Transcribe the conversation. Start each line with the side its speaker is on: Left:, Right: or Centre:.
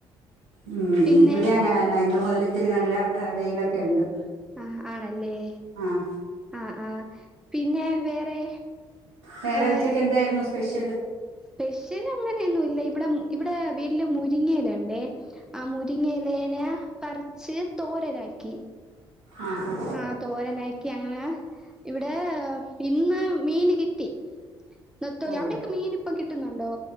Right: ഉം
Centre: പിന്നെ
Right: ഇവിടെ അങ്ങനെന്ന ഇന്ന് ഇത്തിരി നല്ല വെയിലൊക്കെ ഉണ്ട്
Centre: ആഹ് ആണല്ലേ
Right: ആ
Centre: ആഹ് ആഹ പിന്നെ വേറെ
Right: വേറെ
Centre: ഏഹർ
Right: ഉച്ചക്ക് എന്തായിരുന്നു സ്പെഷ്യൽ
Centre: സ്പെഷ്യൽ അങ്ങനെയൊന്നുംല്ല ഇവിടെ ഇവിടെ വീട്ടില് മുരിങ്ങലുണ്ടേ ആ മുരിങ്ങലേന പറിച്ച് തോരരാാക്കി
Right: ആ ഹാ
Centre: ആ തോരനാക്കി അങ്ങ് ഇവിടെ ഇന്ന് മീൻ കി ട്ടി നത്തോലി
Right: ഓ
Centre: അവിടെയൊക്കെ മീൻപ്പം കിട്ടുന്നുണ്ടോ